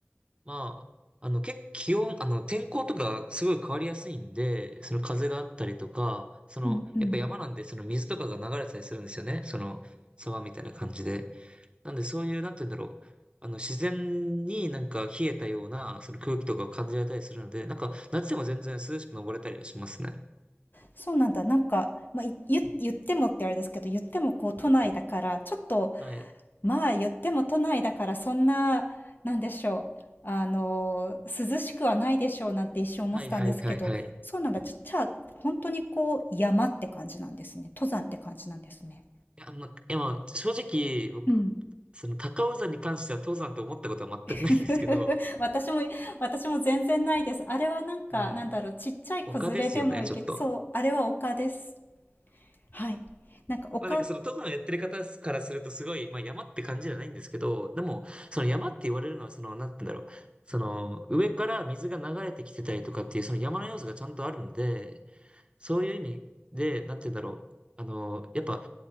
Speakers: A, on the right (about 25°); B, on the left (about 50°).
A: まあ、あの、結構気温、あの、天候とかすごい変わりやすいんで、その風があったりとか、その、
B: うんうん。
A: やっぱ山なんで、その水とかが流れてたりするんですよね。その、沢みたいな感じで。なんで、そういう、なんて言うんだろう。あの、自然になんか冷えたような、その空気とかを感じられたりするので、なんか、夏でも全然涼しく登れたりはしますね。
B: そうなんだ。なんか、まあ、い言、言ってもってあれですけど、言ってもこう都内だから、ちょっと、
A: はい。
B: まあ言っても都内だからそんな、なんでしょう。あの、涼しくはないでしょうなんて一瞬思ってたんですけど、
A: はいはいはいはい。
B: そうなんだ。じゃじゃあ、本当にこう山って感じなんですね。登山って感じなんですね。
A: いや、ま、いやまあ、正直、僕、
B: うん。
A: その高尾山に関しては登山と思ったことは全くないんですけど、
B: <laughs> 私も、私も全然ないです。あれはなんか、
A: はい。
B: なんだろう、ちっちゃい子連れでもいける。
A: 丘ですよね、ちょっと。
B: そう、あれは丘です。はい。なんか丘、
A: まあなんかその登山やってる方からするとすごい、まあ山って感じじゃないんですけど、でも、その山って言われるのはその、なんて言うんだろう。その、上から水が流れてきてたりとかっていう、その山の要素がちゃんとあるんで、そういう意味で、なんて言うんだろう。あの、やっぱ、